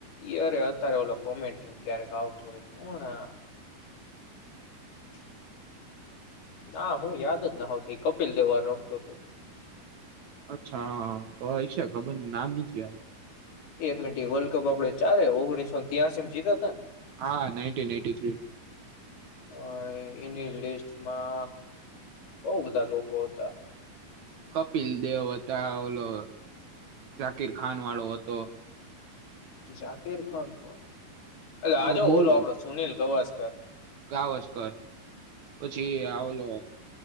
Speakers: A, on the left; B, on the right.
A: ઈ અરે અત્યારે ઓલો કોમેન્ટ્રી ક્યારેક આવતું હોય કોણ આ <inaudible> ના હું યાદ જ ના હોત ઈ કપિલ દેવા રમતો હતો.
B: અચ્છા હા તો એ છે ખબર નામ નથી આ
A: એક મિનિટ એ વર્લ્ડ કપ આપડે ચારે ઓગણીસો ત્યાંસીમ જીતા ને?
B: હા નાઈન્ટીન એટી થ્રી.
A: ને અ એની લિસ્ટમાં બૌ બધા લોકો હતા.
B: કપિલ દેવ હતા ઓલો જાકીર ખાન વાળો હતો.
A: જાકીર ખાન કોણ? એટલે આ
B: આપડો
A: જો
B: બોલર
A: ઓલો આપડો સુનિલ ગવાસ ઘ.
B: ગાવસ્કર પછી
A: હમ
B: આ ઓલો